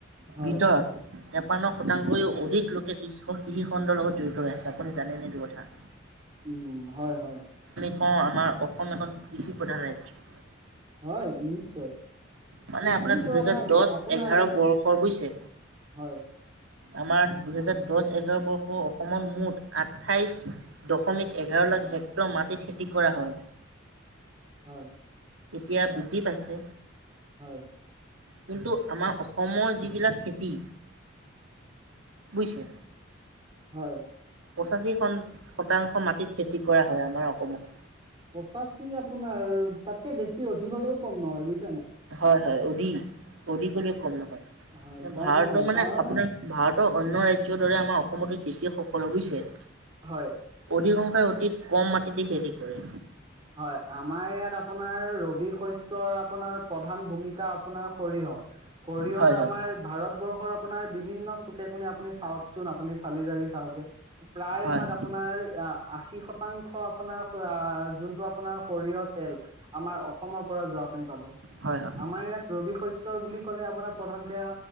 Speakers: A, on the right (about 25°); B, on the right (about 80°).
A: হয়
B: ভিতৰত তেপন্ন শতাংশই অধিক লোকে কৃষিখণ্ডৰ লগত জড়িত হৈ আছে আপুনি জানেনে সেইটো কথা
A: উম হয় হয়
B: অহ আমাৰ অহ এখন কৃষি প্ৰধান ৰাজ্য।
A: হয় নিশ্চয়
B: মানে
A: কৃষি
B: আপোনাৰ দুহেজাৰ
A: প্ৰধান
B: দহ
A: আপোনাৰ
B: এঘাৰ বৰ্ষৰ বুজিছে
A: হয়
B: আমাৰ দুহেজাৰ দহ এঘাৰ বৰ্ষ অসমত মুঠ আঠাইশ দশমিক এঘাৰ লাখ হেক্টৰ মাটিত খেতি কৰা হয়।
A: হয়
B: এতিয়া বৃদ্ধি পাইছে
A: হয়
B: কিন্তু আমাৰ অসমৰ যিবিলাক খেতি বুজিছে
A: হয়
B: পঁচাশী খন শতাংশ মাটিত খেতি কৰা হয় আমাৰ অসমত
A: পঁচাচি আপোনাৰ তাতকৈ বেছি অধিক হ'লেও কম নহয় বুইছে
B: হয় হয় অধিক অধিক হ'লেও কম নহয়।
A: হয় কম
B: ভাৰতৰ
A: নহয়
B: মানে
A: কাৰণ
B: আপোনাৰ ভাৰতৰ অন্য ৰাজ্যৰ দৰে আমাৰ অসমতো খেতিয়কসকলৰ বুইছে
A: হয়।
B: <unintelligible> অতি কম মাটিতে খেতি কৰে।
A: হয় আমাৰ ইয়াত আপোনাৰ ৰবি শস্যৰ আপোনাৰ প্ৰধান ভূমিকা আপোনাৰ সৰিয়হ সৰিয়হৰ
B: হয় হয়
A: আমাৰ ভাৰতবৰ্ষ আপোনাৰ বিভিন্ন চুকে কোনে আপুনি চাওকচোন আপুনি চালি জাৰি চাওগে। প্ৰায়
B: হয়
A: ভাগ আপোনাৰ আশী শতাংশ আপোনাৰ যোন পোনাৰ সৰিয়য় তেল আমাৰ অসমৰ পৰা যোৱাপনি পাব
B: হয় হয়
A: আমাৰ ইয়াত ৰবি শস্যৰ বুলি ক'লে আপোনাৰ প্ৰধানকে